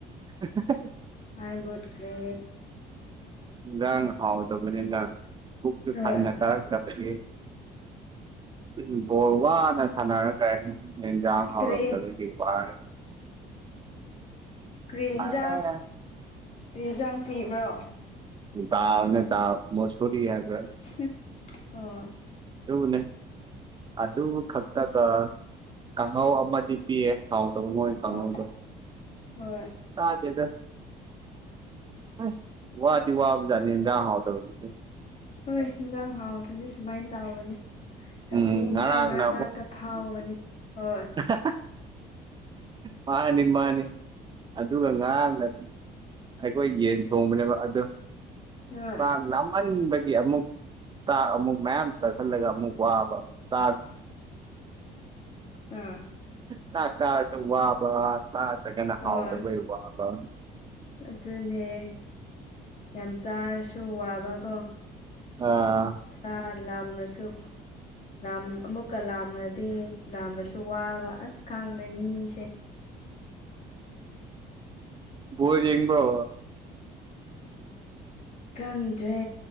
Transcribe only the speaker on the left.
ꯃꯥꯏ ꯃꯨꯠꯈ꯭ꯔꯦ
ꯍꯣꯏ
ꯀꯔꯤ
ꯀ꯭ꯔꯤ ꯑꯦꯟꯖꯥꯡ
ꯀ꯭ꯔꯤ ꯑꯦꯟꯖꯥꯡ ꯄꯤꯕ꯭ꯔꯣ
<unintelligible> ꯑꯣ
ꯑꯣ ꯍꯣꯏ
ꯍꯣꯏ ꯏꯟꯖꯥꯡ ꯍꯥꯎꯇ꯭ꯔꯗꯤ ꯁꯨꯨꯃꯥꯏ ꯇꯧꯕꯅꯤ ꯀꯞꯅꯤꯡꯅ
ꯃꯔꯛ ꯃꯔꯛꯇ ꯐꯥꯎꯕꯅꯦ ꯍꯣꯏ
ꯍꯣꯏ
ꯑꯥ
ꯍꯣꯏ
ꯑꯗꯨꯅꯦ ꯌꯥꯝ ꯆꯥꯔꯁꯨ ꯋꯥꯕꯀꯣ
ꯑꯥ ꯂꯥꯝꯔꯁꯨ ꯂꯥꯝ ꯑꯃꯨꯛꯀ ꯂꯥꯝꯔꯗꯤ ꯂꯥꯝꯔꯁꯨ ꯋꯥꯕ ꯑꯁ ꯈꯪꯗꯦ ꯃꯤꯁꯦ
ꯈꯪꯗ꯭ꯔꯦ